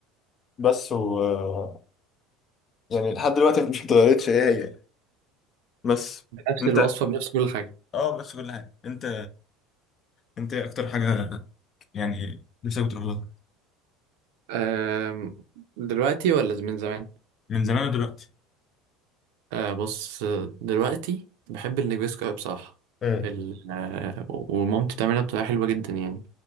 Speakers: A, on the left (about 40°); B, on the right (about 75°).
A: بس و آه، يعني لحد دلوقتي <laughs> مش اتغيرتش هي هي بس
B: بنفس
A: انت
B: الوصفه بنفس كل حاجه
A: اه بس كل حاجه انت انت إيه اكتر حاجه يعني نفسك بتروح لها
B: أم، دلوقتي ولا من زمان
A: من زمان ودلوقتي
B: أه بص آه، دلوقتي بحب النجريسكو أوي بصراحه
A: امم
B: ال... آه، ومامتي بتعملها بطريقه حلوه جدا يعني